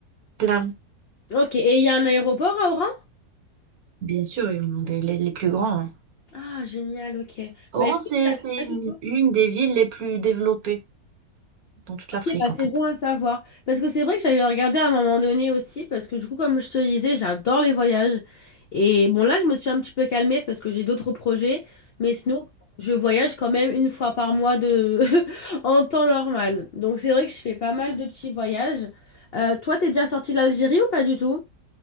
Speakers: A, on the right; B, on the left.
A: Plein.
B: Ok, et il y a un aéroport à Oran?
A: Bien sûr, ils en ont les, les- les plus grands. hein.
B: Ah, génial, ok.
A: Oran,
B: Bah écoute,
A: c'est,
B: je savais
A: c'est
B: pas
A: une,
B: du tout.
A: une des villes les plus développées dans toute l'Afrique
B: Ok, bah
A: en
B: c'est
A: fait.
B: bon à savoir. Parce que c'est vrai que j'avais regardé à un moment donné aussi, parce que du coup, comme je te le disais, j'adore les voyages. Et bon, là, je me suis un petit peu calmée parce que j'ai d'autres projets, mais sinon, je voyage quand même une fois par mois de... <laughs> en temps normal. Donc c'est vrai que je fais pas mal de petits voyages. Euh, toi, t'es déjà sorti de l'Algérie ou pas du tout?